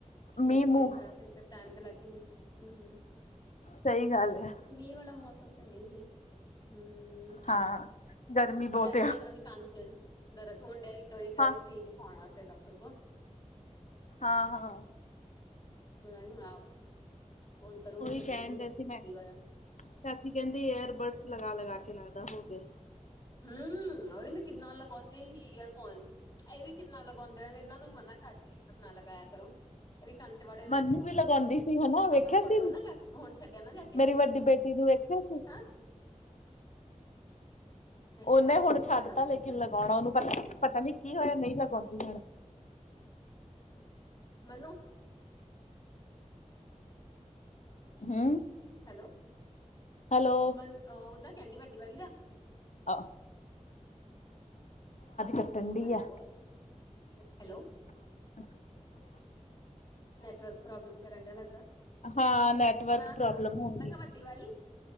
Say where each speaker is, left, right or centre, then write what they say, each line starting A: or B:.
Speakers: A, on the left (about 35°); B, on the left (about 70°).
A: ਨਹੀਂ
B: ਮੀਂਹ
A: ਤਾਂ ਤਿੰਨ
B: ਮੂੰਹ
A: ਸਾਢੇ ਤਿੰਨ ਤੇ ਟਾਈਮ ਤੇ ਲੱਗਦਾ। ਹਮ ਹਮ।
B: ਸਹੀ ਗੱਲ ਆ
A: ਮੀਂਹ ਵਾਲਾ ਮੌਸਮ ਤਾਂ ਨਹੀਂ ਸੀ ਹਮ।
B: ਹਾਂ ਗਰਮੀ ਬਹੁਤ
A: ਡੈੱਡੀ
B: ਆ
A: ਦੇ ਪਤਾ ਨੀ ਕੰਨ ਚ ਦਰਦ ਹੋਣ ਡਿਆ ਹੀ ਤਾਂਈ ਗਏ
B: ਹਾਂ
A: ਸੀ ਦਿਖਾਉਣ ਵਾਸਤੇ ਡਾਕਟਰ ਕੋਲ।
B: ਹਾਂ-ਹਾਂ।
A: ਪਤਾ ਨਹੀਂ, ਹੁਣ ਆ, ਫੋਨ ਕਰੂੰਗੀ,
B: ਉਹੀ
A: ਫਿਰ
B: ਕਹਿਣ
A: ਦੱਸੂਗੇ
B: ਡੇ ਸੀ ਮੈਂ
A: ਕੀ ਹੋਇਆ।
B: ਚਾਚੀ ਕਹਿੰਦੀ, ਏਅਰ ਬੱਡਸ ਲਗਾ-ਲਗਾਕੇ ਲਗਦਾ ਹੋਗਿਆ।
A: ਹੂੰ, ਓਹੀ ਨਾ ਕਿੰਨਾ ਲਗਾਉਂਦੀ ਹੀ, ਈਅਰ ਫੋਨ। ਇਹ ਵੀ ਕਿੰਨਾ ਲਗਾਉਂਦੇ ਰਹੇ ਇਹਨਾਂ ਨੂੰ ਵੀ ਮਨਾ ਕਰਦੀ ਇਤਰ ਨਾ ਲਗਾਇਆ ਕਰੋ। ਇਹ ਵੀ ਕੰਨ'ਚੱ ਵਾੜੇ ਰਹਿੰਦੇ,
B: ਮੈਨੂੰ ਵੀ ਲਗਾਉਂਦੀ ਸੀ ਹਨਾ ਵੇਖਿਆ
A: ਅੱਬ ਛੋੜੇ
B: ਸੀ
A: ਹੋਨਾ ਜਾ, ਹੁਣ ਛੱਡਿਆ ਨਾ ਜਾਕੇ।
B: ਮੇਰੀ ਵੱਡੀ ਬੇਟੀ ਨੂੰ ਵੇਖਿਆ ਸੀ
A: ਹਾਂ
B: ਉਹਨੇ
A: ਆਵਾਜ਼ ਆਉਣ
B: ਹੁਣ ਛੱਡਤਾ
A: ਡਈ ਹੈਲੋ ਕੀ
B: ਲੇਕਿਨ
A: ਕਿਹਾ
B: ਲਗਾਉਣਾ, ਉਹਨੂੰ ਪਤਾ-ਪਤਾ ਨੀ ਕੀ ਹੋਇਆ, ਨਹੀਂ ਲਗਾਉਂਦੀ ਹੁਣ।
A: ਮੰਨੂੰ
B: ਹੂੰ
A: ਹੈਲੋ,
B: ਹੈਲੋ
A: ਮੰਨ ਉਹਦਾ ਕਹਿਂਦੀ ਵੱਡੀ ਵਾਲੀ ਦਾ।
B: ਆਹ <unintelligible> ਕੱਟਣ ਡੀ
A: ਹੈਲੋ,
B: ਆ
A: ਅਵਾਜ਼ ਬੜੀ ਘੱਟ ਆਂਦੀ ਏ, ਹੈਲੋ।
B: ਹਮ <inaudible>
A: ਨੈੱਟਵਰਕ ਪ੍ਰੋਬਲਮ ਕਰਨ ਡਿਆ ਲੱਗਦਾ,
B: ਹਾਂ ਨੈਟਵਰਕ
A: ਹਾਂ-ਹਾਂ,
B: ਪ੍ਰੋਬਲਮ ਹੁੰਦੀ
A: ਮੈਂ ਕਿਹਾ ਵੱਡੀ ਵਾਲੀ।